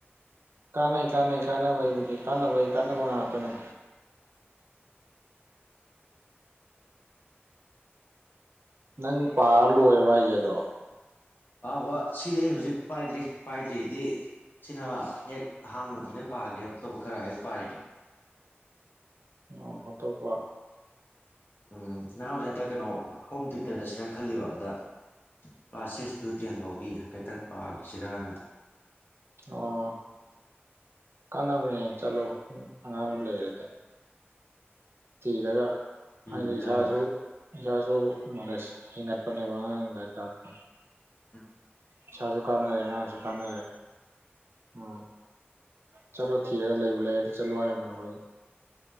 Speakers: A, on the right (about 70°); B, on the left (about 55°).
A: ꯀꯥꯟꯅꯩ ꯀꯥꯅꯩ ꯀꯥꯅꯕꯩꯕꯨꯗꯤ ꯀꯥꯟꯅꯕꯒꯤ ꯀꯥꯅꯕ ꯉꯥꯛꯇꯅꯤ ꯅꯪ ꯄꯥ ꯂꯣꯏꯔꯕ ꯍꯥꯏꯖꯦ ꯑꯗꯣ
B: ꯄꯥꯕ ꯁꯤꯗꯤ ꯑꯩ ꯍꯧꯖꯤꯛ ꯄꯥꯏꯗ꯭ꯔꯤ ꯄꯥꯏꯗ꯭ꯔꯤ <unintelligible> ꯁꯤꯅ ꯍꯦꯛ ꯑꯍꯥꯡꯕ ꯃꯇꯝꯗ ꯄꯥꯒꯦꯅ ꯑꯇꯣꯞꯄ ꯈꯔ ꯍꯦꯛ ꯄꯥꯔꯤ
A: ꯑ ꯑꯇꯣꯞꯄ
B: ꯎꯝ ꯅꯅꯥꯑꯣꯁꯤ ꯍꯟꯇꯥꯛ ꯀꯩꯅꯣ ꯍꯣꯝ ꯇ꯭ꯌꯨꯇꯔ ꯆꯠꯁꯤꯔꯅ ꯈꯜꯂꯤꯕꯥ ꯑꯗ ꯀ꯭ꯂꯥꯁ ꯁꯤꯛꯁ ꯇꯨ ꯇꯦꯟ ꯐꯥꯎꯒꯤ ꯍꯥꯏꯐꯦꯠꯇꯪ ꯄꯥꯁꯤꯔꯅ
A: ꯑꯣ ꯀꯅꯕꯨꯅꯤ ꯆꯂꯣ ꯑꯉꯥꯪ ꯂꯩꯔꯗꯤ ꯊꯤꯔꯒ
B: ꯄꯤꯒꯤꯔꯅ
A: ꯍꯥꯏꯗꯤ ꯏꯁꯁꯨ ꯏꯁꯥꯁꯨ ꯅꯣꯂꯦꯁ ꯍꯦꯟꯒꯠꯄꯅꯦꯕ ꯑꯉꯥꯪ ꯂꯥꯏꯔꯤꯛ ꯇꯥꯛꯄꯗ‌ꯣ
B: ꯑ
A: ꯏꯁꯥꯁꯨ ꯀꯥꯟꯅꯔꯦ ꯑꯉꯥꯡꯁꯨ ꯀꯥꯟꯅꯔꯦ ꯎꯝ ꯆꯠꯂꯣ ꯊꯤꯔꯒ ꯂꯩꯕ ꯂꯩꯔꯗꯤ ꯆꯠꯂꯣ ꯍꯥꯏꯔꯝꯅꯦ ꯑꯩꯈꯣꯏꯗꯤ